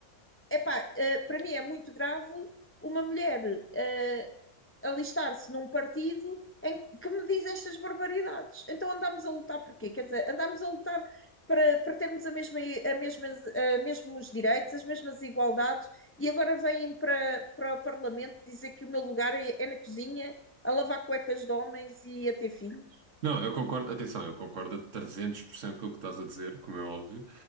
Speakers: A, on the left; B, on the right.
A: epá, ah, para mim é muito grave uma mulher ah, alistar-se num partido em que me diz estas barbaridades. Então andámos a lutar por quê? Quer dizer, andámos a lutar para, para termos a mesma, a mesmas, a mesmos direitos, as mesmas igualdades, e agora vêm para, para o Parlamento dizer que o meu lugar é, é na cozinha, a lavar cuecas de homens e a ter filhos.
B: Não, eu concordo, atenção, eu concordo a 300% com o que estás a dizer, como é óbvio,